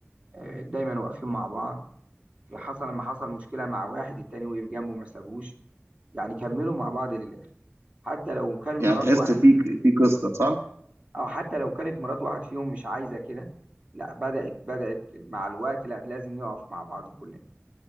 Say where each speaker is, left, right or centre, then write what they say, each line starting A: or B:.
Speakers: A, on the right; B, on the right.
A: آه، دايما واقفين مع بعض حصل لما حصل مشكله مع واحد التاني وقف جنبه ما سابوش يعني كملوا مع بعض للاخر حتى لو كان مرات
B: يعني تحس
A: واحد
B: فيه
A: فيهم
B: في قصة صح
A: او حتى لو كانت مرات واحد فيهم مش عايزه كده لا بدأت بدأت مع الوقت لا لازم نقف مع بعض كلنا